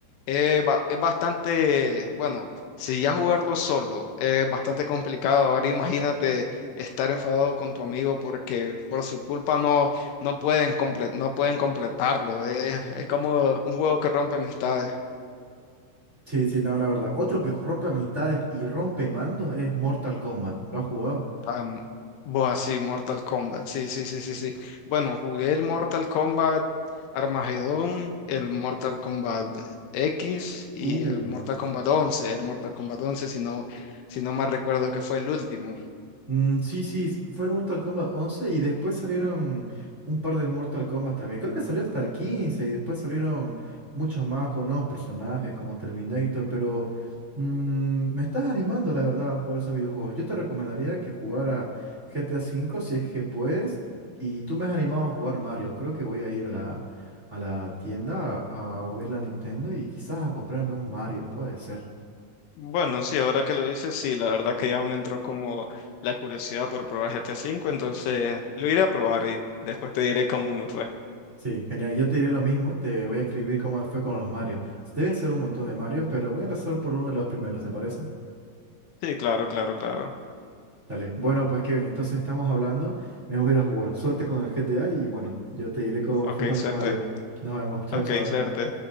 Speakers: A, on the left; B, on the right.
A: Eh, ba- es bastante, bueno, si ya jugarlo solo es bastante complicado. Ahora imagínate estar enfadado con tu amigo porque por su culpa no, no pueden comple- no pueden completarlo. Es, es como un juego que rompe amistades.
B: Sí, sí, no, la verdad. Otro que rompe amistades y rompe mandos es Mortal Kombat. ¿Lo has jugado?
A: Am, bueno, sí Mortal Kombat. Sí, sí, sí, sí, sí. Bueno, jugué el Mortal Kombat Armagedón, el Mortal Kombat X y
B: Uh.
A: el Mortal Kombat once El Mortal Kombat once si no, si no mal recuerdo que fue el último.
B: Mm, sí, sí, s- fue el Mortal Kombat once y después salieron un par de Mortal Kombat también. Creo que salió hasta el 15 y después salieron muchos más con nuevos personajes como Terminator, pero mm, me estás animando, la verdad, a jugar esos videojuegos. Yo te recomendaría que jugara GTA V si es que puedes y tú me has animado a jugar Mario. Creo que voy a ir a la, a la tienda a, a ver la Nintendo y quizás a comprarme un Mario, puede ser.
A: Bueno, sí, ahora que lo dices, sí, la verdad que ya me entró como la curiosidad por probar G T a V, entonces lo iré a probar y después te diré cómo me fue.
B: Sí, genial. Yo te diré lo mismo, te voy a escribir cómo fue con los Marios. Deben ser un montón de Marios, pero voy a empezar por uno de los primeros, ¿te parece?
A: Sí, claro, claro, claro.
B: Dale. Bueno, pues Kevin, entonces estamos hablando, me voy a ir a jugar. Suerte con el GTA y bueno, yo te diré cómo
A: Ok,
B: me fue con
A: suerte.
B: el Mario. Nos vemos, chao,
A: Ok,
B: chao.
A: suerte.